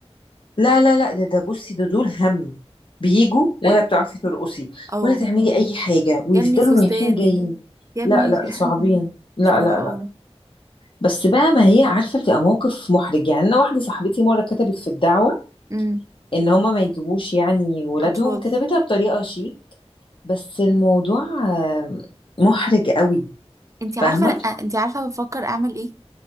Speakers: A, on the left (about 50°); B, on the right (about 30°).
A: لا لا لا ده ده بصي ده دول هم بيجوا ولا ايوه بتعرفي ترقصي
B: اه
A: ولا تعملي اي حاجة ويفضلوا
B: يا ابني فستان
A: رايحين جايين
B: يا ابني
A: لا لا
B: <laughs>
A: صعبين لا
B: بصراحة
A: لا لا
B: اه
A: بس بقى ما هي عارفة بتبقى موقف محرج يعني انا واحدة صاحبتي مرة كتبت في الدعوة
B: امم
A: ان هما ما يجيبوش يعني ولادهم
B: أطفال
A: كتبتها بطريقة شيك بس الموضوع آه، محرج قوي
B: انت عارفه
A: فاهمة
B: انت عارفه بفكر اعمل ايه